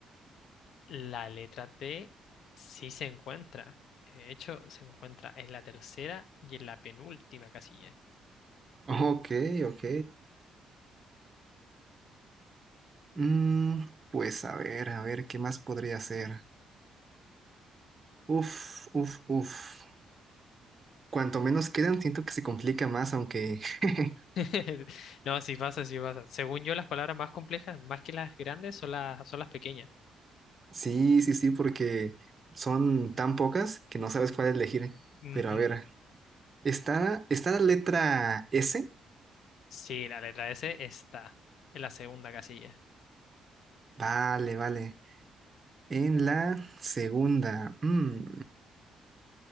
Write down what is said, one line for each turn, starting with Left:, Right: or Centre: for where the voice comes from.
Left: La letra T sí se encuentra. De hecho, se encuentra en la tercera y en la penúltima casilla.
Right: Ok, ok. Mm, pues a ver, a ver, ¿qué más podría ser? Uf, uf, uf. Cuanto menos quedan, siento que se complica más, aunque <laughs>
Left: <laughs> No, sí pasa, sí pasa. Según yo, las palabras más complejas, más que las grandes, son las, son las pequeñas.
Right: Sí, sí, sí, porque son tan pocas que no sabes cuál elegir.
Left: Ujú.
Right: Pero a ver, está, está la letra S.
Left: Sí, la letra S está en la segunda casilla.
Right: Vale, vale. En la segunda. Mm,